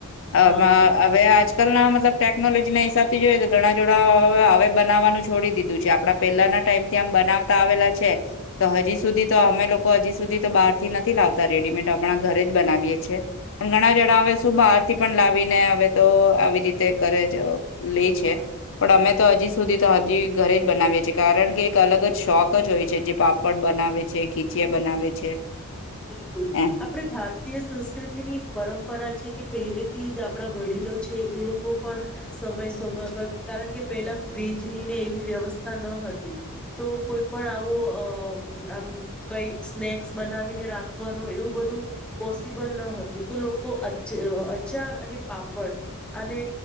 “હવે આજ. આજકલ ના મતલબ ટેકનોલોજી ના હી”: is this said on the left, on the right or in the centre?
Left